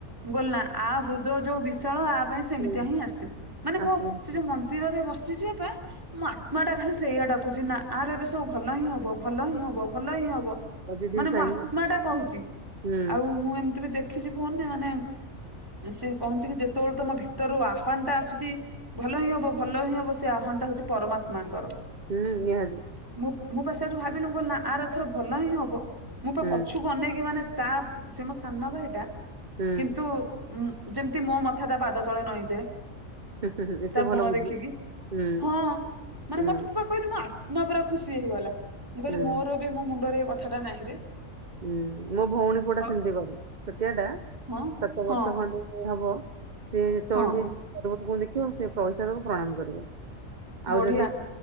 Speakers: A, on the right; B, on the right.
A: ମୁଁ କହିଲ ନା ଆ ହୁଦୟ ଯୋଉ ବିଶାଳ ସେଥିପାଇଁ ସେମିତି
B: ହୁଁ
A: ହିଁ ଆସିବୁ ମାନେ
B: ଆସିବନି
A: ମୋ ସେ ଯୋଉ ମନ୍ଦିରରେ ବସିଛି ଅପା ମୋ ଆତ୍ମା ଟା ଖାଲି ସେଇଆ ଡାକୁଛି ନା ଆର ଏବେ ସବୁ ଭଲ ହିଁ ହବ। ଭଲ ହିଁ ହବ ଭଲ ହିଁ ହବ
B: ପଜିଟିଭ
A: ମାନେ
B: ସାଇନ
A: ମୋ ଆତ୍ମା ଟା କହୁଛି
B: ହୁଁ
A: ଆଉ ମୁଁ ଏମ୍ ଦେଖିଛି ଫୋନ୍ ରେ ମାନେ ସେ କହନ୍ତି କି ଯେତେବେଳେ ତମ ଭିତରୁ ଆହ୍ୱାନ୍ ଟା ଆସୁ ଚି ଭଲ ହିଁ ହବ ଭଲ ହିଁ ହବ ସେ ଆହ୍ୱାନ ଟା ହଉଚି ପରମାତ୍ମାଙ୍କର।
B: ହୁଁ ନିହାତି।
A: ମୁଁ ପା ସେଉଠୁ ଭାବିଲି ନା ଆର ଏଥର ଭଲ ହିଁ ହବ। ମୁଁ ବା
B: ହୁଁ।
A: ପଛୁକୁ ଅନେଇକି ମାନେ ତା ସେ ମୋ ସାନ ଭାଇଟା
B: ହୁଁ
A: କିନ୍ତୁ ଉଁ ଯେମିତି ମୋ ମଥା ତା ପାଦ ତଳେ ନଈଁଯାଏ।
B: ହୁ ହୁଁ ହୁ ହୁଁ ଏତେ
A: ତା
B: ଭଲ
A: ଗୁଣ
B: ବୁଦ୍ଧି
A: ଦେଖିକି
B: ହୁଁ
A: ହଁ ମାନେ
B: ହୁଁ
A: ମତେ ପା କହିଲି ମୋ ଆତ୍ମା ପୁରା ଖୁସି ହେଇଗଲା ମୁଁ କହିଲି
B: ହୁଁ
A: ମୋର ବି ମୋ ମୁଣ୍ଡରେ କଥାଟା ନାହିଁରେ
B: ହୁଁ ମୋ ଭଉଣୀ ପୁଅଟା
A: ହଁ
B: ସେମିତି କରେ ଛୋଟିଆ ଟା
A: ହଁ
B: ସାତ ବର୍ଷ
A: ହଁ
B: ଖଣ୍ଡେ ହବ। ସିଏ ଯେତେବେଳେ
A: ହଁ
B: ବିି ଗରିବ ଲୋକଙ୍କୁ ଦେଖିବ ସେ ପଇସା ଦବ ପ୍ରଣାମ କରିବ।
A: ବଢିଆ
B: ଆଉ ଯଦି